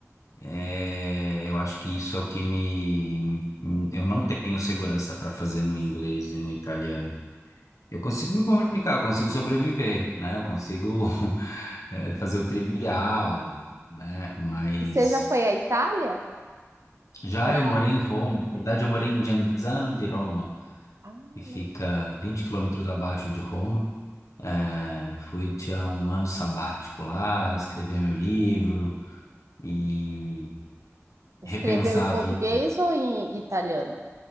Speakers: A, on the left (about 85°); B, on the right (about 65°).
A: É, eu acho que isso é o que me. Eu não tenho segurança para fazer no inglês e no italiano. Eu consigo me comunicar, eu consigo sobreviver, né? Eu consigo <laughs> é, fazer o trivial, né? Mas
B: E você já foi à Itália
A: já
B: para
A: eu morei em Roma, na verdade, eu morei em Genzano di Roma,
B: Ah,
A: que fica
B: legal.
A: 20 quilômetros abaixo de Roma. É, fui tirar um ano sabático lá, escrever meu livro. e
B: escrever
A: repensar
B: em português
A: a vida.
B: ou em italiano?